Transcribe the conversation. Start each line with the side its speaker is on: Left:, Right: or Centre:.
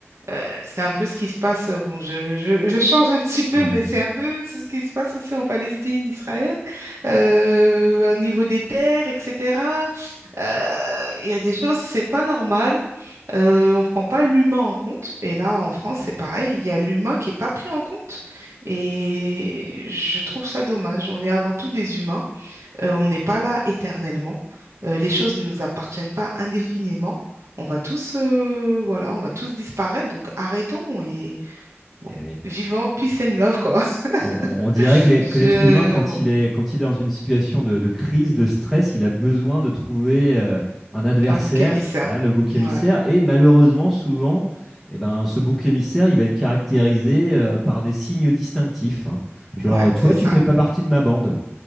Right: euh, c'est un peu ce qui se passe. euh, Bon, je, je, je change un petit peu,
Centre: Uhum.
Right: mais c'est un peu c'est ce qui se passe aussi en Palestine, Israël, euh, au niveau des terres, etc. Euh, Il y a des choses, c'est pas normal. Euh, on prend pas l'humain en compte. Et là, en France,
Centre: Eh, mhm.
Right: c'est pareil. Il y a l'humain qui est pas pris en compte. Et je trouve ça dommage. On est avant tout des humains. Euh, on n'est pas là éternellement. Euh, les choses ne nous appartiennent pas indéfiniment. On va tous, euh, voilà, on va tous disparaître. Donc arrêtons et bon,
Centre: Eh oui.
Right: vivons peace and love quoi.
Centre: On, on- dirait
Right: <laughs>
Centre: que les- que l'être
Right: Je,
Centre: humain, quand
Right: bon,
Centre: il est, quand il est dans une situation de, de crise, de stress, il a besoin de trouver euh, un adversaire,
Right: un bouc émissaire.
Centre: voilà, le bouc
Right: Ouais,
Centre: émissaire. Et malheureusement, souvent, eh ben, ce bouc émissaire, il va être caractérisé euh, par des signes distinctifs. hein. Genre,
Right: ouais,
Centre: toi,
Right: c'est ça.
Centre: tu fais pas partie de ma bande.